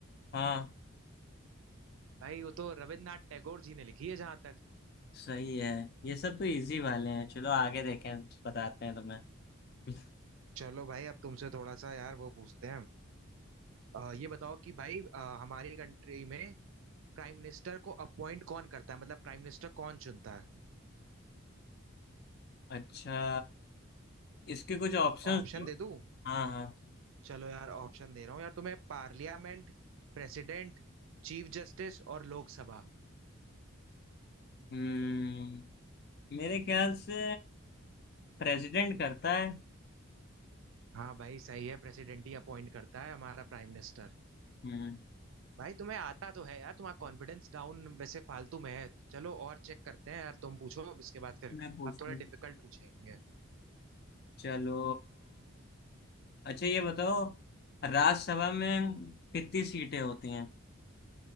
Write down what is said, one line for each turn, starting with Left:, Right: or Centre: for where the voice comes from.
Left: हाँ
Right: भाई वो तो रविन्द्रनाथ टैगोर जी ने लिखी है जहां तक
Left: सही है ये सब तो इजी वाले हैं चलो आगे देखें बताते हैं तुम्हें <laughs>
Right: चलो भाई अब तुमसे थोड़ा सा यार वो पूछते हैं अ, ये बताओ कि भाई अ, हमारी कंट्री में प्राइम मिनिस्टर को अपॉइंट कौन करता है मतलब प्राइम मिनिस्टर कौन चुनता है
Left: अच्छा इसके कुछ ऑप्शंस
Right: ऑप्शन
Left: दो
Right: दे दूं
Left: हाँ हाँ
Right: चलो यार ऑप्शन दे रहा हूँ यार तुम्हें पार्लियामेंट प्रेसिडेंट चीफ जस्टिस और लोकसभा
Left: हम्म मेरे ख्याल से प्रेसिडेंट करता है
Right: हाँ भाई सही है प्रेसिडेंट ही अपॉइंट करता है हमारा प्राइम मिनिस्टर
Left: हम्म
Right: भाई तुम्हें आता तो है यार तुम्हारा कॉन्फिडेंस डाउन वैसे फालतू में है चलो और चेक करते हैं यार तुम पूछो अब इसके बाद फिर
Left: मैं पूछती
Right: अब थोड़ा
Left: हूँ
Right: डिफिकल्ट पूछेंगे
Left: चलो अच्छा ये बताओ राज्यसभा में कितनी सीटें होती हैं